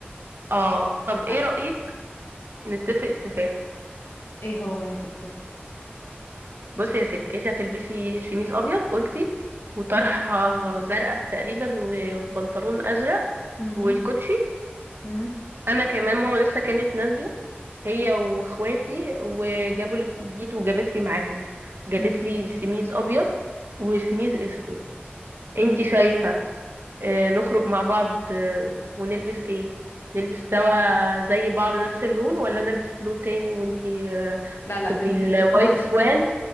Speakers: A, on the right (about 65°); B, on the left (about 75°).
A: اه طب
B: آه.
A: ايه رايك نتفق اتفاق
B: ايه هو يا ست الكل
A: بصي يا ستي انت هتلبسي شميس ابيض قلتي وطرحه
B: مم،
A: زرقاء تقريبا وبنطلون ازرق
B: مهم،
A: والكوتشي
B: مم،
A: انا كمان ماما لسه كانت نازله هي واخواتي وجابوا لبس جديد وجابت لي معاهم جابت
B: مم،
A: لي سميز ابيض وسميز اسود انتي
B: مم.
A: شايفة آه، نخرج مع بعض آه، ونلبس ايه نلبس سوا زي بعض نفس اللون ولا انا البس لون تاني وانتي آه،
B: لا لا
A: تبقي
B: نلبس
A: الوايت
B: خلاص
A: سوان
B: نلبس